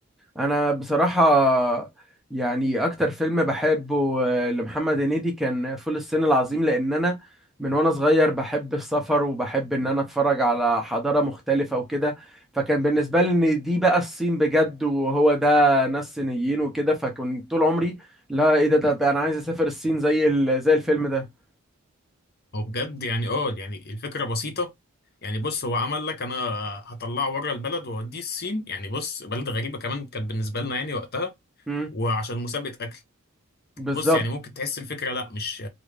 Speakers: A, in the centre; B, on the left.
A: انا بصراحة يعني اكتر فيلم بحبه آه، لمحمد هنيدي كان فول الصين العظيم لان انا من وانا صغير بحب السفر وبحب ان انا اتفرج على حضارة مختلفة وكده فكان بالنسبة لي ان دي بقى الصين بجد وهو ده ناس صينيين وكده فكنت طول عمري لا ايه ده, ده, ده انا عايز اسافر الصين زي ال- زي الفيلم ده
B: هو بجد يعني اه يعني الفكره بسيطه يعني بص هو عمل لك انا هطلعه بره البلد واوديه الصين يعني بص بلد غريبه كمان كانت بالنسبه لنا يعني وقتها
A: امم
B: وعشان مسابقه اكل
A: بالظبط
B: بص يعني ممكن تحس الفكرة لا مش